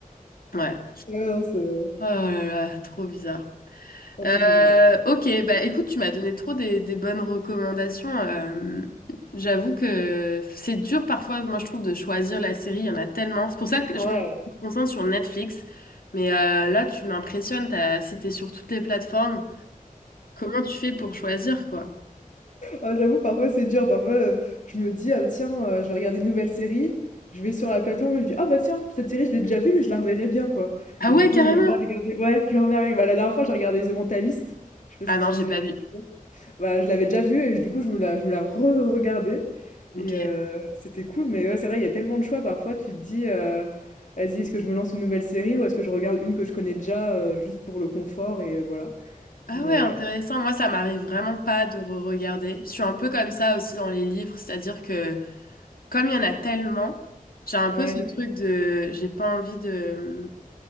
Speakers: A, on the left; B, on the left.
A: ouais.
B: Ouais, non, c'est
A: Oh là là, trop bizarre.
B: ah
A: Euh,
B: ça c'est drôle.
A: ok, bah écoute, tu m'as donné trop des, des bonnes recommandations. euh, j'avoue que c'est dur parfois, moi je trouve, de choisir la série, il y en a tellement. C'est pour ça que
B: Ouais.
A: je me je me concentre sur Netflix. Mais euh, là, tu m'impressionnes, t'as cité sur toutes les plateformes. Comment tu fais pour choisir, quoi?
B: Ah j'avoue parfois c'est dur, parfois, heu, je me dis: «Ah tiens, heu, je vais regarder une nouvelle série», je vais sur la plateforme et je dis: «Ah bah tiens, cette série je l'ai déjà vue mais je la reverrai bien quoi»
A: Ah
B: et
A: ouais,
B: du coup
A: carrément!
B: je me remets à regarder ouais, je me remets à regarder bah la dernière fois j'ai regardé The Mentalist, je sais pas
A: Ah
B: si
A: non,
B: tu
A: j'ai pas vu.
B: Bah, je l'avais déjà vue et du coup, je me la je me la re-regardais
A: Ok.
B: et heu, c'était cool mais ouais, c'est vrai, il y a tellement de choix parfois, tu te dis, heu: «Vas-y, est-ce que je me lance une nouvelle série ou est-ce que je regarde une que je connais déjà, heu, juste pour le confort?» et heu, voilà.
A: Ah
B: Mais
A: ouais, intéressant.
B: ouais.
A: Moi, ça m'arrive vraiment pas de re-regarder. Je suis un peu comme ça aussi dans les livres, c'est-à-dire que comme il y en a tellement, j'ai un
B: Ouais.
A: peu ce truc de, j'ai pas envie de,